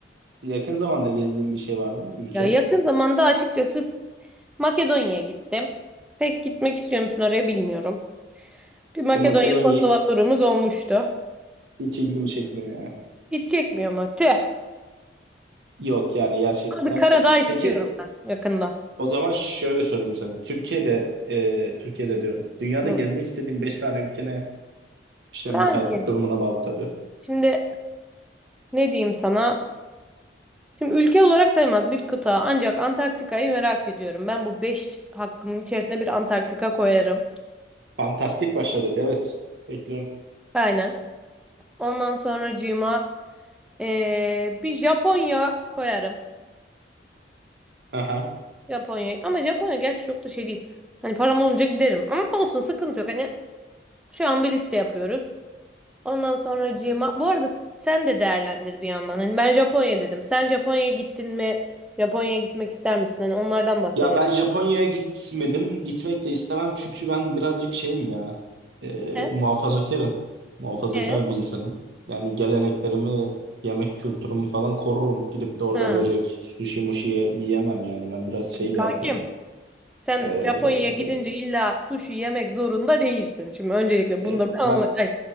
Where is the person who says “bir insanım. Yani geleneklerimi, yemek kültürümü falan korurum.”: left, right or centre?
Right